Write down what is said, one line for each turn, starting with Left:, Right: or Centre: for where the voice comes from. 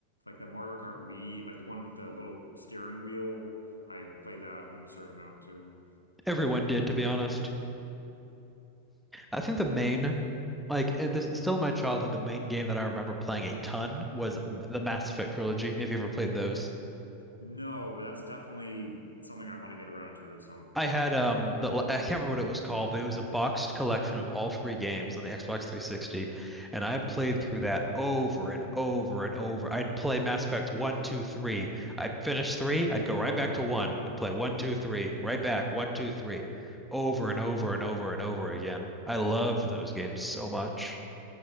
Left: like the Mario Kart Wii like the one with the little steering wheel. I played that an absurd amount too.
Centre: Everyone did, to be honest. I think the main, like uh, this, still in my childhood, the main game that I remember playing a ton was m- the Mass Effect trilogy. If you ever played those.
Left: No, but that's definitely something I want to get around to at some point.
Centre: I had um the I can't remember what it was called, but it was a boxed collection of all three games on the Xbox 360, and I played through that over and over and over. I'd play Mass Effect one, two, three. I'd finish three, I'd go right back to one, then play one, two, three, right back, one, two, three, over and over and over and over again. I loved those games so much.